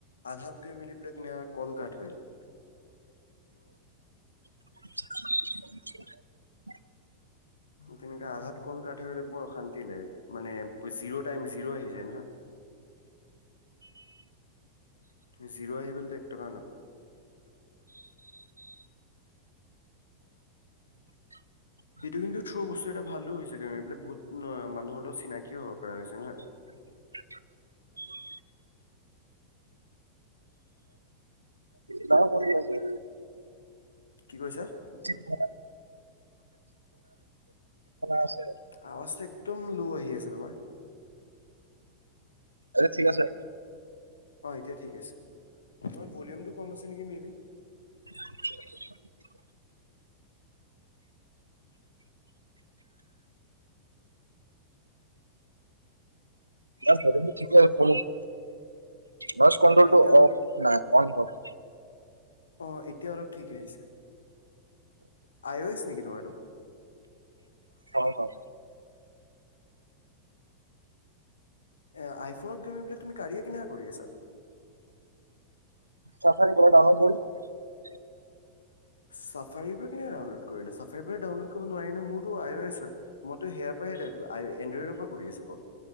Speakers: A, on the left; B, on the right.
A: আধাত গৈ মিলি প্লেট না কল কাট হৈ যায়
B: <inaudible>
A: তেনেকে আধাত কল কাতিলে বৰ অশান্তি মানে জিৰ টাইম জিৰ' আহি যায় নহয় জিৰ' আহি গ'লতো এক টকা নাপায়
B: <inaudible>
A: এইটো কিন্তু থ্ৰ বস্তু এটা ভালো হৈছে গম এইলে বহুত মানুহৰ লগত চিনাকিও হব পৰা হৈছে নহয়
B: <inaudible> ন ক ল <unintelligible>
A: কি কৈছা
B: আ আছে <unintelligible>
A: আৱাজটো একদম লো আহি আছে তোমাৰ
B: আ ঠিক আছে
A: অ এতিয়া ঠিক আছে তমাৰ ভলিউমটো কম আছে নেকি মে বি
B: <inaudible> নাই ভলিউম ঠিকে আছে নইজ কন্ট্ৰলটো
A: অ' এতিয়া অলপ
B: অফ নাই অন কৰ
A: অ এতিয়া অলপ ঠিক আহিছে আই অ' এছ নেকি তোমাৰটো?
B: হয় হয়
A: এ আইফোনত তুমি বুলি তুমি কাড়িয়া কেনেকে কৰি আছা
B: চাফাৰি পৰা কৰি ডাউনলোড কৰি
A: চাফাৰি পৰা কেনে ডাউনলোড কৰিলা চাফাৰি পৰা ডাউনলোড কৰিব নোৱাৰি ন মোৰো আইৱাফ হয় মইটো এড্ৰইডৰ পৰা কৰি আছ কল